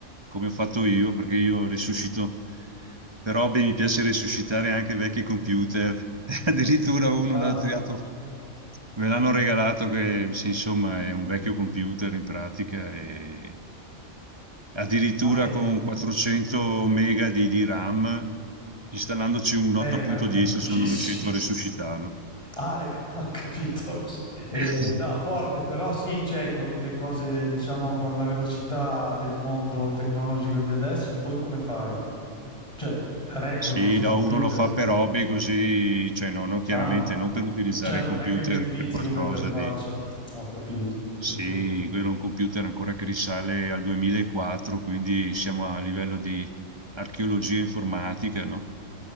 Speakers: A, on the right; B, on the left.
A: come ho fatto
B: Certo.
A: io, perché io risuscito, per hobby mi piace risuscitare anche vecchi computer, <laughs> addirittura uno
B: Ah,
A: l'ha tirato Me l'hanno regalato che, sì, insomma, è un vecchio computer in pratica e addirittura
B: ma è,
A: con 400 mega di, di RAM, installandoci un
B: eh,
A: 8.10
B: ma è pochissimo.
A: sono riuscito a resuscitarlo.
B: Ah, eh, <laughs> ho capito. Eh,
A: <laughs>
B: no, forte, però sì, cioè, con le cose, diciamo, con la velocità del mondo tecnologico di adesso, poi come fai? Cioè, reggono
A: Sì,
B: sti
A: no,
B: computer.
A: uno lo fa per hobby così, cioè no, no, chiaramente
B: Ah,
A: non per utilizzare
B: cioè, non
A: il computer
B: è che li utilizzi
A: per qualcosa
B: come interfaccia.
A: di...
B: Ho capito. Sì,
A: Sì,
B: sì.
A: quello è un computer ancora che risale al 2004, quindi siamo a livello di archeologia informatica, no?